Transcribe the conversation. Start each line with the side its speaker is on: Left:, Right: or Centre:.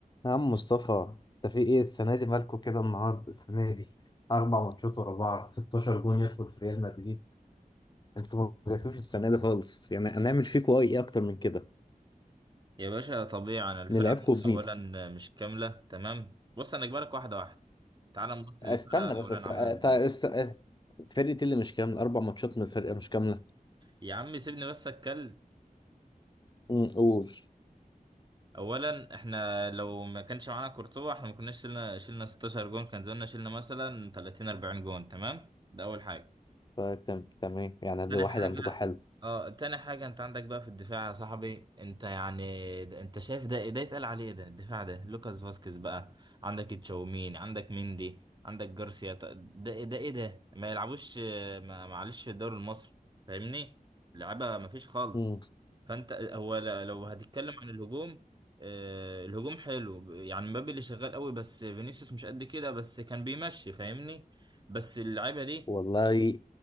Left: يا عم مصطفى انت في ايه السنه دي مالكوا كده النهارده السنه دي اربع ماتشات ورا بعض 16 جون يدخل في ريال مدريد انتوا ما جاتوش السنه دي خالص يعني هنعمل فيكوا ايه اكتر من كده
Right: يا باشا طبيعي انا الفرقة
Left: نلعبكوا
Right: عندي
Left: بمين
Right: اولا مش كاملة تمام بص انا اجبارك واحدة واحدة تعال نبص للفرقة
Left: استنى بس
Right: اولا
Left: است...
Right: عاملة
Left: أت-
Right: ازاي
Left: است... أه، فرقتي اللي مش كامله اربع ماتشات من الفرقه مش كامله
Right: يا عم سيبني بس اتكلم
Left: امم، قول
Right: اولا احنا لو ما كانش معانا كورتوا احنا ما كناش شلنا شلنا 16 جون كان زماننا شلنا مثلا 30 40 جون تمام ده اول حاجة
Left: فتم تمام يعني ده
Right: تاني
Left: واحد
Right: حاجة
Left: عندكوا حلو
Right: اه تاني حاجة انت عندك بقى في الدفاع يا صاحبي انت يعني ده- انت شايف ده إيه؟ ده يتقال عليه ده الدفاع ده لوكاس فاسكيز بقى عندك تشاوميني عندك مندي عندك جارسيا ط- ده إيه؟ ده ايه ده ما يلعبوش آه، ما- معلش في الدوري المصري فاهمني لعبة ما فيش خالص
Left: امم،
Right: فانت هو ل- لو هتتكلم عن الهجوم آه، الهجوم حلو يعني مبابي اللي شغال قوي بس فينيسيوس مش قد كده بس كان بيمشي فاهمني بس اللعيبة دي
Left: والله